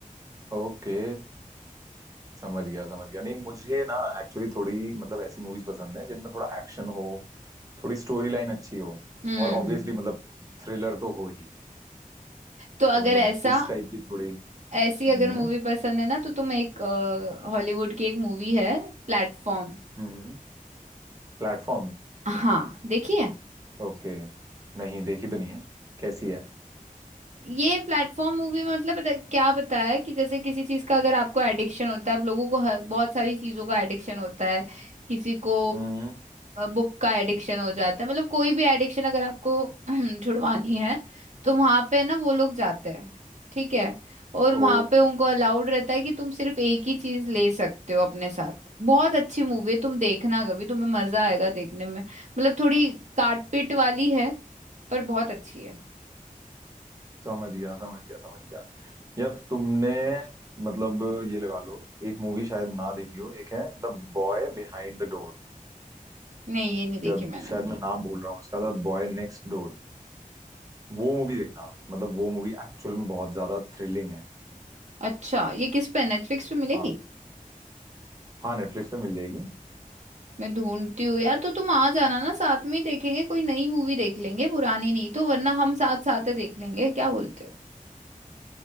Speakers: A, on the right; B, on the right.
A: ओके समझ गया समझ गया नहीं मुझे ना एक्चुअली थोड़ी मतलब ऐसी मूवीज पसंद है जिनमें थोड़ा एक्शन हो थोड़ी स्टोरी लाइन अच्छी हो
B: हम्म
A: और ऑब्वियसली
B: हम्म। हम्म।
A: मतलब थ्रिलर तो हो ही
B: तो
A: तो
B: अगर
A: मतलब
B: ऐसा
A: इस टाइप की थोड़ी
B: ऐसी
A: हम्म
B: अगर मूवी पसंद है ना तो तुम एक हॉलीवुड की एक मूवी है प्लेटफॉर्म
A: हम्म प्लेटफॉर्म
B: हाँ देखिए
A: ओके नहीं देखी तो नहीं है कैसी है
B: ये प्लेटफॉर्म मूवी में मतलब बता- क्या बताया है कि जैसे किसी चीज का अगर आपको एडिक्शन होता है अब लोगों को हर, बहुत सारी चीजों का एडिक्शन होता है किसी को
A: हम्म
B: बुक का एडिक्शन हो जाता है मतलब कोई भी एडिक्शन अगर आपको <clears throat> छुड़वानी है तो वहां पे ना वो लोग जाते हैं ठीक है और वहां
A: ओ
B: पे उनको अलाउड रहता है कि तुम सिर्फ एक ही चीज ले सकते हो अपने साथ बहुत अच्छी मूवी है तुम देखना कभी तुम्हें मजा आएगा देखने में मतलब थोड़ी काटपिट वाली है पर बहुत अच्छी है
A: समझ गया समझ गया समझ गया यार तुमने मतलब ये लगा लो एक मूवी शायद ना देखी हो एक है the boy behind the door
B: नहीं ये नहीं देखी
A: या
B: मैंने
A: शायद मैं नाम भूल रहा हूँ उसका द बॉय नेक्स्ट डोर वो मूवी देखना मतलब वो मूवी एक्चुअल में बहुत ज्यादा थ्रिलिंग है
B: अच्छा ये किस पे नेटफ्लिक्स पे मिलेगी
A: हाँ हाँ नेटफ्लिक्स पे मिल जाएगी
B: मैं ढूंढती हूँ यार तो तुम आ जाना ना साथ में ही देखेंगे कोई नई मूवी देख लेंगे पुरानी नहीं तो वरना हम साथ साथ ही देख लेंगे क्या बोलते हो